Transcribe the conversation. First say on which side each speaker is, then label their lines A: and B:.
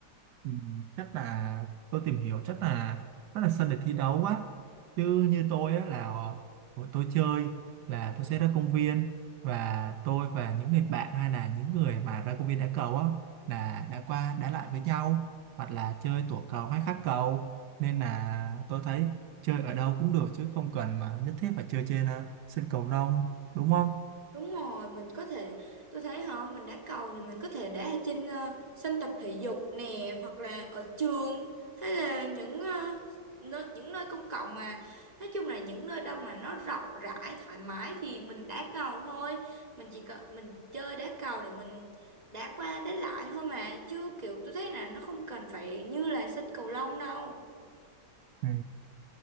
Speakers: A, on the right; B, on the right.
A: Ừ, chắc là tôi tìm hiểu chắc là rất là sân để thi đấu quá. Chứ như tôi á, là ờ, hồi tôi chơi là tôi sẽ ra công viên và tôi và những người bạn hay là những người mà ra công viên đá cầu á là đã qua đá lại với nhau hoặc là chơi tổ cầu hay khắc cầu nên là tôi thấy chơi ở đâu cũng được chứ không cần mà nhất thiết phải chơi trên ờ, sân cầu lông đúng không?
B: Đúng rồi, mình có thể, tôi thấy hả, mình đá cầu thì mình có thể đá ở trên ờ, sân tập thể dục nè, hoặc là ở trường, hay là những ờ, nơi, những nơi công cộng mà, nói chung là những nơi đâu mà nó rộng rãi, thoải mái thì mình đá cầu thôi. Mình chỉ cần, mình chơi đá cầu để mình đá qua đá lại thôi mà, chứ kiểu tôi thấy là nó không cần phải như là sân cầu lông đâu.
A: Ừ,